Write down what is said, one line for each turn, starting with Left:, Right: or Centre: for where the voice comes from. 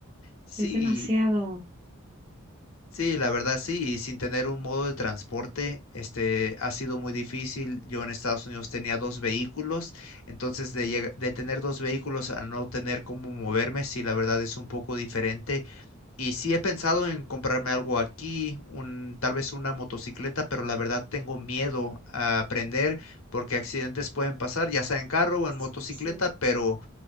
Left: Sí,
Right: Es demasiado.
Left: sí, la verdad sí, y sin tener un modo de transporte, este, ha sido muy difícil. Yo en Estados Unidos tenía dos vehículos, entonces de, llega- de tener dos vehículos a no tener cómo moverme, sí, la verdad es un poco diferente. Y sí he pensado en comprarme algo aquí, un, tal vez una motocicleta, pero la verdad tengo miedo a aprender porque accidentes pueden pasar, ya sea en carro o
Right: Sí,
Left: en motocicleta,
Right: sí.
Left: pero